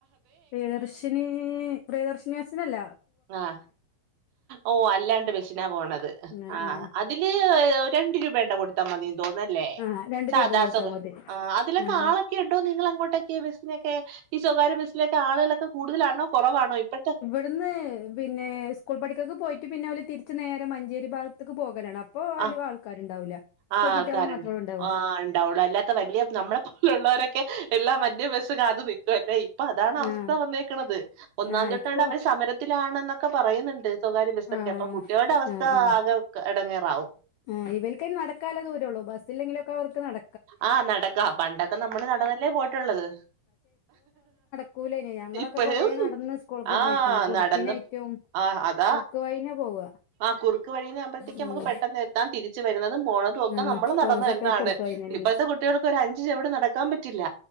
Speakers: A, on the left; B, on the right.
A: പ്രിയദർശിനി പ്രിയദർശിനി ബസിനല്ല
B: ആഹ ഓ അല്ലാണ്ട് ബസിനാ പോണത്
A: ആ
B: ആഹ്
A: ആ
B: ഇതില് രണ്ട് രൂപേണ്ട കൊടുത്താൽ മതി തോന്ന് ല്ലേ
A: ആ രണ്ട്
B: സദാ
A: രൂപ കൊടുത്താ
B: സൊക്
A: മതി
B: ആ അതിൽ ഒക്കെ
A: ആ
B: ആളെ കേട്ടു നിങ്ങൾ അങ്ങോട്ടൊക്കെ ബസ്സിനൊക്കെ ഈ സ്വകാര്യ ബസ്സിലൊക്കെ ആളുകളൊക്കെ കൂടുതലാണോ കൊറവാണോ ഇപ്പഴത്തെ
A: അത് ന്ന് പിന്നെ സ്കൂൾ പഠിക്കൊക്കെ പോയിട്ട് പിന്നെ ഓല് തിരിച്ച് നേരെ മഞ്ചേരി ഭാഗത്തക്ക് പോകലാണ് ഇപ്പൊ അയിലും
B: ആ
A: ആൾക്കാരുണ്ടാവൂല്ല സ്കൂൾ
B: ആഹ്
A: കുട്ടികള്
B: ആൾക്കാരുണ്ട്.
A: മാത്രണ് ഉണ്ടാവ
B: ആഹ് ഉണ്ടാവുള്ളൂ. അല്ലാത്ത വലിയ നമ്മളെ പോലുള്ളവരൊക്കെ എല്ലാം മറ്റ് ബസ്സ് കാത്ത് നിൽക്കുംല്ലേ ഇപ്പൊ അതാണ് അവസ്ഥ
A: ആ ആ
B: വന്നേക്കണത് ഒന്നാന്തി
A: ആ
B: തൊട്ടാണ്ട്
A: ഇപ്പോ
B: അവര് സമര ത്തിലാണെന്നൊക്കെ പറയുന്നുണ്ട് സ്വകാര്യ ബസ്സൊക്കെ
A: ആ
B: അപ്പൊ കുട്ടികളുടെ അവസ്ഥ
A: ആ ആ
B: ആകെ എടങ്ങേറാവും
A: ആ ഇവൽക്കയിന് നടക്കാള്ള ദൂരേ ഒള്ളൂ ബസ്സില്ലെങ്കിലൊക്കെ ഓല്ക്ക് നട
B: ആഹ് നടക്കാം പണ്ടൊക്കെ നമ്മള് നടന്നല്ലേ പോയിട്ടുള്ളത്
A: സ്കൂളന്നെയ ഞങ്ങളൊക്കെ
B: ഇപ്പഴും
A: കൊറെേ നടന്ന് സ്കൂൾക്ക്
B: ആഹ്
A: പോയിക്കണ് കുറുക്കിന്
B: നടന്ന്
A: ആയിട്ടും
B: ആഹ് അത
A: കുറുക്ക് വൈനെ പോവാ
B: ആ കുറുക്ക് വഴീനെ ആമ്പഴത്തേക്ക്
A: ഉം
B: നമുക്ക് പെട്ടെന്ന് എത്താം തിരിച്ചു വരുന്നതും പോണതും ഒക്കെ
A: ആഹ്
B: നമ്മള് നടന്നു
A: പോണതൊക്കെ
B: എന്നാണ്
A: കുറുക്ക് വഴിനന്നെ
B: ഇപ്പഴത്തെ കുട്ടികൾക്കൊരു അഞ്ച് ചൊവിട് നടക്കാൻ പറ്റില്ല